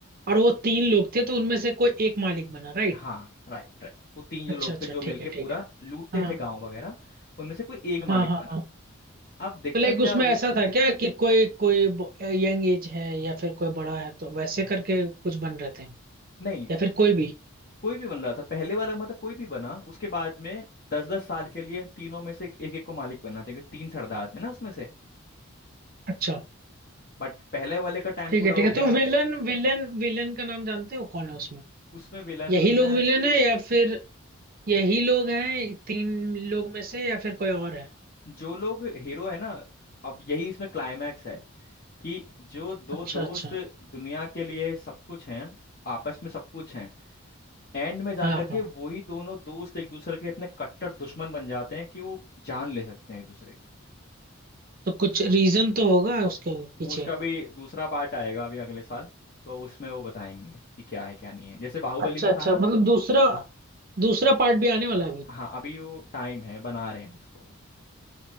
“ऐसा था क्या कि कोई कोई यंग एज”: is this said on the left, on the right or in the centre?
Right